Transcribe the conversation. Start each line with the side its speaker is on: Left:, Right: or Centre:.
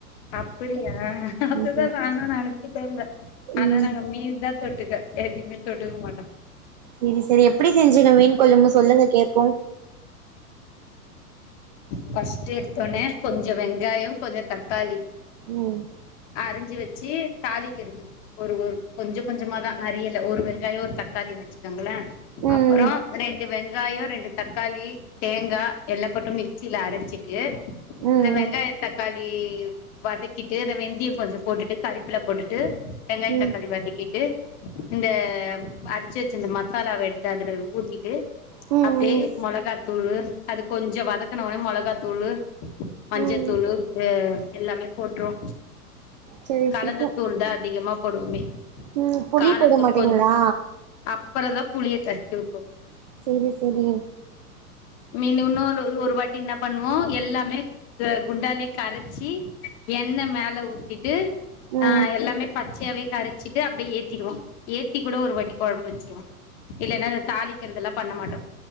Left: அப்புடியா அதுதா
Right: ஆமா
Left: நானு நெனைச்சுட்டேருந்தே ஆனா
Right: ம்
Left: நாங்க மீன் தா தொட்டுக்க எதுவுமே தொட்டுக்க மாட்டோ
Right: செரி செரி எப்புடி செஞ்சுங்க மீன் கொழம்பு சொல்லுங்க கேப்போ
Left: ஃபர்ஸ்ட் எடுத்தோனே கொஞ்சே வெங்காயோ கொஞ்சோ தக்காளி
Right: ம்
Left: அரிஞ்சு வச்சு தாளிக்கரது ஒரு ஒரு கொஞ்சே கொஞ்சமாதா நறையேல்ல ஒரு வெங்காயோ ஒரு தக்காளின்னு வச்சுக்கோங்களே
Right: ம்
Left: அப்பறோ
Right: ம்
Left: ரெண்டு வெங்காயோ ரெண்டு தக்காளி தேங்கா எல்லாபோட்டு மிக்சில அரச்சிட்டு
Right: ம்
Left: இந்த வெங்காய தக்காளி வதக்கிட்டு அத வெந்தியோ கொஞ்சோ போட்டுட்டு கறிப்பில போட்டுட்டு வெங்காயே
Right: ம்
Left: தக்காளி வதக்கிட்டு இந்த அரிச்சு வச்சு இந்த மசாலாவ எடுத்து அதுல ஊத்திட்டு
Right: ம்
Left: அப்டியே
Right: ம்
Left: மொளகாத் தூளு அது கொஞ்ச வதக்குன ஒன்னே மெளகா தூளு மஞ்சத்தூளு
Right: ம்
Left: இது எல்லாமே போட்ருவோ
Right: செரி
Left: கலந்த
Right: இப்போ
Left: தூள் தா அதிகமா போடுவோமே
Right: ம் புளி
Left: காரத்தூள்
Right: போட மாட்டீங்ளா
Left: கொஞ்சோ அப்பறந்தா புளிய கரச்சி ஊத்வோ
Right: சேரி செரி
Left: மீனு இன்னொரு ஒரு வாட்டி என்ன பண்ணுவோ எல்லாமே இது குண்டாலயே கரச்சி எண்ணெ மேல ஊத்திட்டு
Right: ம்
Left: ஆ எல்லாமே பச்சயாவே கரச்சிட் டு அப்டியே ஏத்திருவோ ஏத்தி கூட ஒரு வாட்டி கொழம்பு வச்சுருவோ இல்லன்னா இந்த தாளிக்கிறது எல்லா பண்ண மாட்டோ